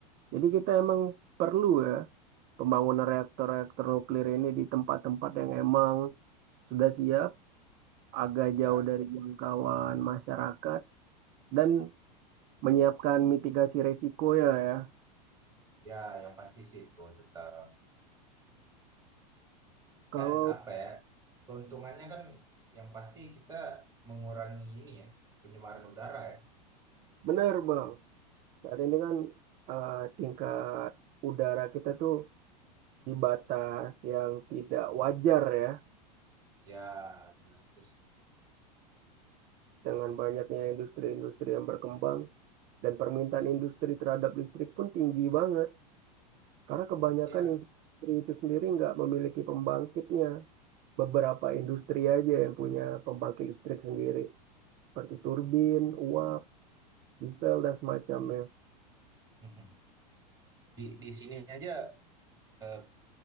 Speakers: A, on the right (about 40°); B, on the right (about 15°).
A: Jadi kita emang perlu ya pembangunan reaktor-reaktor nuklir ini di tempat-tempat yang emang sudah siap, agak
B: Ya,
A: jauh dari jangkauan masyarakat, dan menyiapkan mitigasi resiko ya ya.
B: ya yang pasti situ tetap.
A: Kalau
B: Kan apa ya? Keuntungannya kan yang pasti kita mengurangi ini ya, pencemaran udara ya.
A: benar Bang, saat ini kan eh, tingkat udara kita tuh di batas yang tidak wajar ya
B: Ya, benar. terus
A: dengan banyaknya industri-industri yang berkembang. Dan permintaan industri terhadap listrik pun tinggi banget. Karena kebanyakan
B: ya
A: industri itu sendiri nggak memiliki pembangkitnya. Beberapa industri aja yang punya pembangkit listrik sendiri. Seperti turbin, uap, diesel, dan semacamnya.
B: Mhm. Di di sini aja eh,